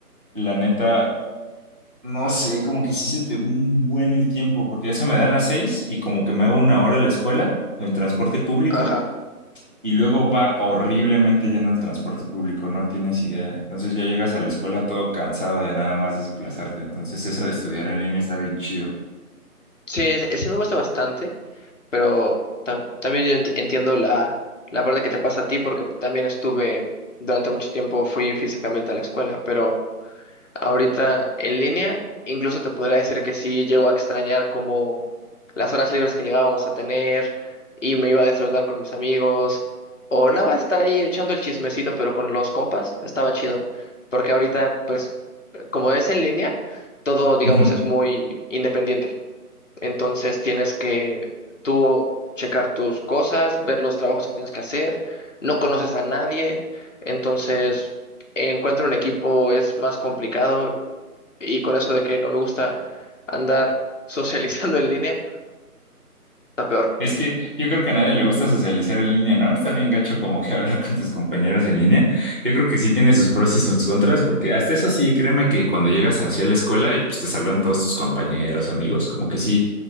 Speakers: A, on the right; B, on the left.
A: la neta, no sé, como que sí se te va un buen el tiempo, porque ya se me dan las 6 y como que me hago una hora a la escuela o en transporte público.
B: ajá.
A: Y luego va horriblemente lleno el transporte público, no tienes idea. Entonces ya llegas a la escuela todo cansado de nada más desplazarte. Entonces eso de estudiar en línea está bien chido.
B: Sí, sí sí me gusta bastante. pero tam- también yo enti- entiendo la, la parte que te pasa a ti porque también estuve, durante mucho tiempo fui físicamente a la escuela, pero ahorita en línea incluso te podría decir que sí llego a extrañar como las horas libres que llegábamos a tener y me iba a desayunar con mis amigos o nada más estar ahí echando el chismecito pero con los compas estaba chido porque ahorita pues como es en línea todo digamos
A: <laughs>
B: es muy independiente. Entonces tienes que tú checar tus cosas, ver los trabajos que tienes que hacer. No conoces a nadie, entonces encuentro un equipo es más complicado y con eso de que no me gusta andar <laughs> socializando en línea, está peor.
A: Es que yo creo que a nadie le gusta socializar en línea, ¿no? Está bien gacho como que <laughs> hablar con tus compañeros en línea. Yo creo que sí tiene sus pros y sus contras, porque hasta eso sí, créeme que cuando llegas hacia la escuela y pues te saludan todos tus compañeros, amigos, como que sí,